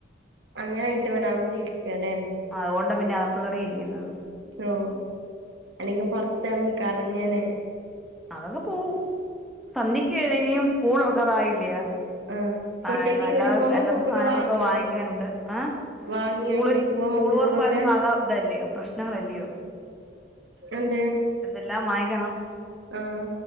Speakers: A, on the right; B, in the centre.
A: അങ്ങനായിട്ട് ഇവിടെകത്തെ ഇരിക്ക അല്ലെ
B: ആഹ് അതുകൊണ്ട പിന്നെ അകത്ത് കേറിയിരിക്കുന്നത്
A: ഓഹ് അല്ലെങ്കിൽ പൊറത്തിറങ്ങിക്കറങ്ങനെ
B: അതങ്ങു പോകും സന്ധ്യക്ക് ഏതനിയും സ്കൂൾ തൊറക്കാറായില്ലയ
A: ആഹ് കുട്ടിയക്ക്
B: ആഹ് വല്ലാ
A: യൂണിഫോമും
B: വല്ലാത്ത
A: ബുക്കൊക്കെ
B: സാധനങ്ങളൊക്കെ
A: വാങ്ങിയോ
B: വാങ്ങിക്കാനുണ്ട് ആഹ്
A: വാങ്ങിയോ
B: സ്കൂളി
A: യൂണിഫോമും
B: സ്കൂൾ
A: ബുക്കൊക്കെ
B: തൊറപ്പായപ്പോ ആകാം ഇതല്ലയോ പ്രശ്നങ്ങളല്ലയോ
A: എന്തേ
B: എന്തെല്ലാം വാങ്ങിക്കണം
A: ആഹ്